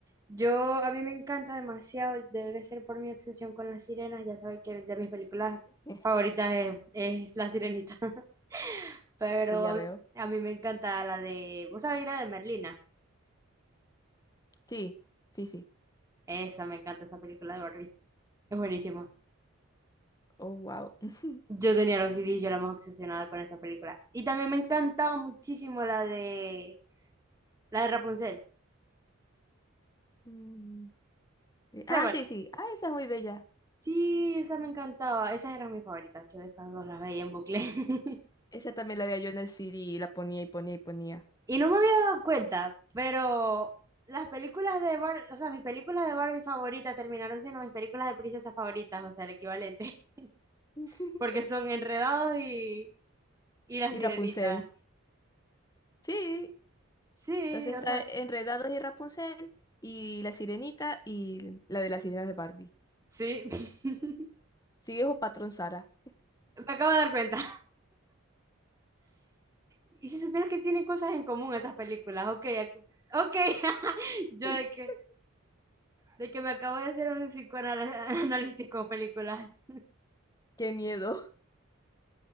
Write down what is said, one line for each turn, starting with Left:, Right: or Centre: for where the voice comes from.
Right: Yo, a mí me encanta demasiado, debe ser por mi obsesión con las sirenas. Ya sabes que de mis películas
Left: <laughs>
Right: favoritas es, es La Sirenita. <laughs> Pero
Left: Sí, ya
Right: a,
Left: veo.
Right: a mí me encanta la de, ¿vos sabés la de Merlina?
Left: Sí, sí, sí.
Right: Esa, me encanta esa película de Barbie. Es buenísima.
Left: Oh, wow. <laughs>
Right: Yo tenía los CDs, yo era más obsesionada con esa película. Y también me encantaba muchísimo la de, la de Rapunzel.
Left: Mm, sí.
Right: Sí,
Left: Ah,
Right: tal cual.
Left: sí, sí. Ah, esa es muy bella.
Right: Sí, esa me encantaba. Esas eran mis favoritas. Yo esas dos las veía en bucle. <laughs>
Left: Esa también la veía yo en el CD y la ponía y ponía y ponía.
Right: Y no me había dado cuenta, pero las películas de Barbie, o sea, mis películas de Barbie favoritas terminaron siendo mis películas de princesas favoritas, o sea, el equivalente. <laughs>
Left: <laughs>
Right: Porque son Enredados y, y La
Left: Y
Right: Sirenita.
Left: Rapunzel. Sí,
Right: Sí,
Left: Entonces está
Right: o sea,
Left: Enredados y Rapunzel y La Sirenita y la de las sirenas de Barbie.
Right: sí. <laughs>
Left: Sigue un patrón Sara.
Right: Me acabo de dar cuenta. Y si supieras que tienen cosas en común esas películas, ok, ac- ok. <laughs> Yo
Left: <laughs>
Right: de que, de que me acabo de hacer un psicoanálisis <laughs> con películas.
Left: Qué miedo.